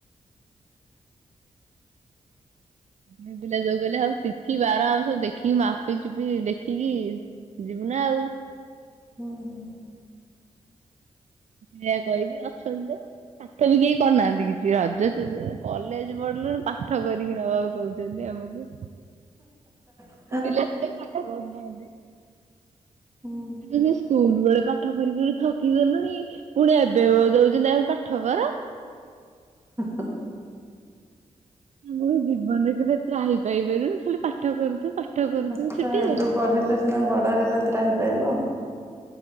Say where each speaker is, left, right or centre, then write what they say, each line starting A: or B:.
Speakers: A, on the right (about 55°); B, on the right (about 20°).
A: ଝିଅପିଲା ଯୋଉ କହିଲେ ଆଉ ସବୁ ତିଥି ବାର ଆଉ ସବୁ ଦେଖିକି ମାପି ଚୁପି ଦେଖିକି ଯିବୁ ନା ଆଉ।
B: ହୁଁ ହୁଁ।
A: ଏଇଆ କହିକି ଅଛନ୍ତି ତ। ପାଠ ବି କେହି କରିନାହାନ୍ତି କିଛି ରଜ କଲେଜ୍ ପଢିଲୁ ପାଠ କରିକି ନବା ଆଉ। କହୁଚନ୍ତି ଆମକୁ।
B: ହ
A: ଇଲେକ୍ଟ୍ରି ଫଟ କରୁନାହାନ୍ତି।
B: ହୁଁ
A: କହୁଚନ୍ତି ସ୍କୁଲ ବେଳେ ପାଠ କରି କରି ଥକି ଗଲୁଣି ପୁଣି ଏବେ ଦଉଚନ୍ତି ଆହୁରି ପାଠ କର।
B: <inaudible>
A: ଆମ ଜୀବନ ରେ କେବେ ତ୍ରାହି ପାଇ ପାରିବୁନି ଖାଲି ପାଠ କରୁଥିବୁ ପାଠ। କରୁଥିବୁ
B: ପାଠ
A: ଛୁଟିରେ।
B: ଏବେ ପଢିଲେ ସିନା ବଡ ହେଲେ ତ୍ରାହି ପାଇବ।